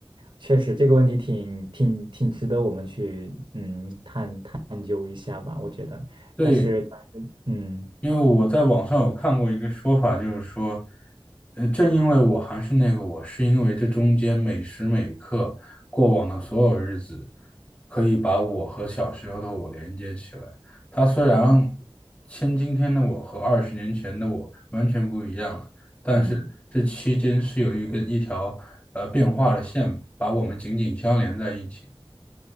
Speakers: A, on the right (about 60°); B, on the left (about 20°).
A: 确实这个问题挺挺挺值得我们去嗯探探究一下吧，我觉得。
B: 对，
A: 但是，嗯
B: 因为我在网上有看过一个说法，就是说，呃，正因为我还是那个我，是因为这中间每时每刻过往的所有日子，可以把我和小时候的我连接起来。它虽然千今天的我和二十年前的我完全不一样了，但是这期间是有一个一条呃变化的线，
A: 嗯
B: 把我们紧紧相连在一起。